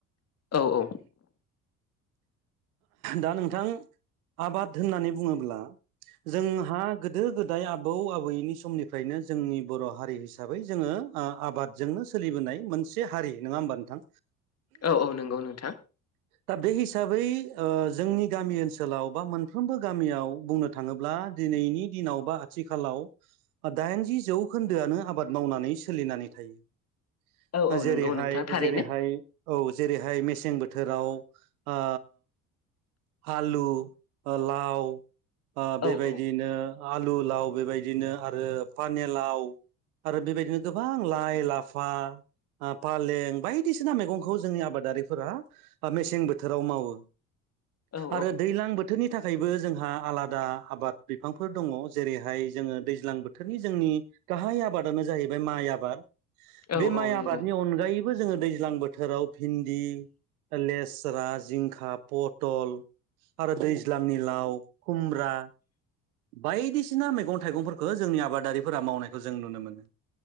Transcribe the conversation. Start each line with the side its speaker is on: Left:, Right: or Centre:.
Left: औ औ
Right: दा नोंथां आबाद होननानै बुङोब्ला जोंहा गोदो गोदाय आबौ आबैनि स समनिफ्रायनो जोंनि बर' हारि हिसाबै जोङो आबादजोंनो सोलिबोनाय मोनसे हारि नङा होमबानोथां
Left: औ औ नंगौ नोंथां
Right: दा बे हिसाबै ओ जोंनि गामि ओनसोलाव बा मोनफ्रोमबो गामियाव बुंनो थाङोब्ला दि दिनैनि दिनाव बा आथिखालाव ओ दाइनजि जौखोन्दोआनो आबाद मावनानै सोलिनानै थायो
Left: औ औ
Right: जेरैहाय
Left: नंगौ नोंथां थारैनो
Right: जेरैहाय औ जेरैहाय मेसें बोथोराव ओ आलु ओ लाव ओ
Left: औ
Right: बेबायदिनो
Left: औ
Right: आलु लाव बेबायदिनो आरो पानेलाव आरो बेबायदिनो गोबां लाइ लाफा आ पालें बायदिसिना मेगंखौ जोंनि आबादारिफोरा मेसें बोथोराव मावो
Left: औ
Right: आरो
Left: औ
Right: दैलां बोथ थोरनि थाखायबो जोंहा आलादा आबाद बिफांफोर दङ' जेरैहाय जोङो दैज्लां बोथ थोरनि जोंनि गाहाय आबादानो जाहैबाय माइ आबाद
Left: औ औ
Right: बे माइ
Left: नंगौ
Right: आबादनि अनगायै बो जोङो दैज्लां बोथोराव भिन्दि ओ लेस्रा, जिंखा, पटल आरो दैज्लांनि लाव खुमब्रा बायदिसिना मैगं थाइगंफोरखो जोंनि आबादारिफोरा मावनायखो जों नुनो मोनो